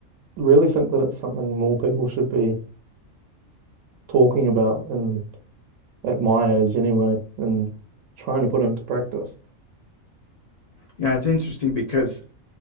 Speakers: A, on the right; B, on the left.
A: really think that it's something more people should be talking about and at my age anyway, and trying to put into practice.
B: Yeah, it's interesting because